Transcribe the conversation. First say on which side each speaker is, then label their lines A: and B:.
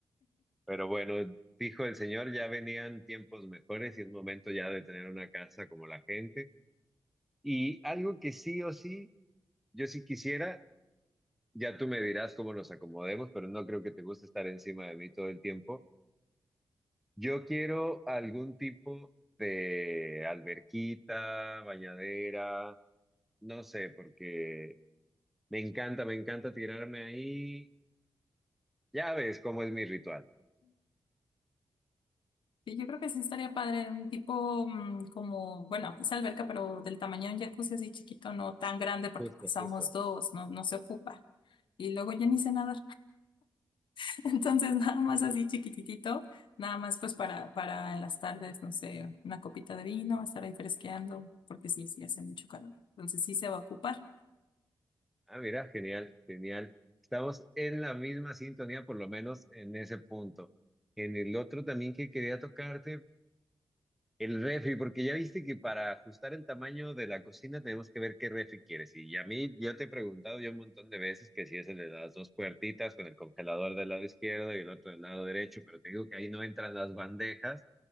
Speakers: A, in the centre; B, on the left.
A: Pero bueno, dijo el señor, ya venían tiempos mejores y es momento ya de tener una casa como la gente. Y algo que sí o sí, yo sí quisiera Ya tú me dirás cómo nos acomodemos, pero no creo que te guste estar encima de mí todo el tiempo. Yo quiero algún tipo de alberquita, bañadera, no sé, porque me encanta, me encanta tirarme ahí. Ya ves cómo es mi ritual.
B: Y yo creo que sí estaría padre, un tipo mm, como, bueno, es alberca, pero del tamaño de un jacuzzi así chiquito, no tan grande, porque
A: Justo,
B: pues somos
A: justo.
B: dos, no, no se ocupa. Y luego yo ni sé nada. <laughs> Entonces, nada más así chiquititito, nada más pues para, para en las tardes, no sé, una copita de vino, estar ahí fresqueando, porque sí, sí hace mucho calor. Entonces sí se va a ocupar.
A: Ah, mira, genial, genial. Estamos en la misma sintonía, por lo menos en ese punto. En el otro también que quería tocarte, El refri, porque ya viste que para ajustar el tamaño de la cocina tenemos que ver qué refri quieres. Y a mí, yo te he preguntado ya un montón de veces que si es el de las dos puertitas con el congelador del lado izquierdo y el otro del lado derecho, pero te digo que ahí no entran las bandejas